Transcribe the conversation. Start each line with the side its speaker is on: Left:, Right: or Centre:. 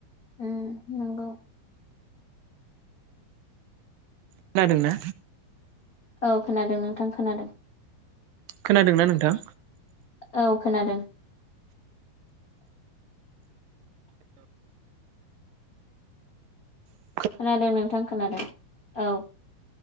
Left: उ नांगौ
Right: खोनादोंना
Left: औ खोनादों नोंथां खोनादों
Right: खोनादोंना नोंथां
Left: औ खोनादों
Right: हेल
Left: खोनादों नोंथां खोनादों औ